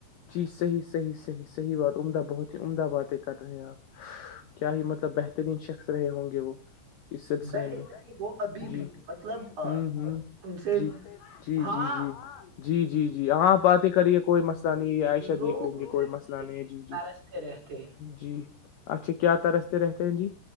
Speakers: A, on the left; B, on the right.
A: جی صحی بات عمدہ بہت ہی عمد بات کر رہے ہیں آپ کیا ہی مطلب بہترین شخص رہے ہوں گے وہ اس سلسلے
B: بہ
A: میں
B: نہیں وہ ابھی
A: جی
B: بھی مطلب
A: ہوں ہوں
B: ان سے
A: جی جی
B: ہاں
A: جی جی جی جی جی آپ باتیں کریے کوئی مسئلہ نہیں ہے عائشہ
B: لوگ
A: دیکھ لیں گے
B: ان
A: کوئی
B: سے ملنے
A: مسئلہ نہیں
B: کے لیے
A: ہے جی جی
B: ترستے رہتے ہیں
A: جی اچھا کیا ترستے رہتے ہیں جی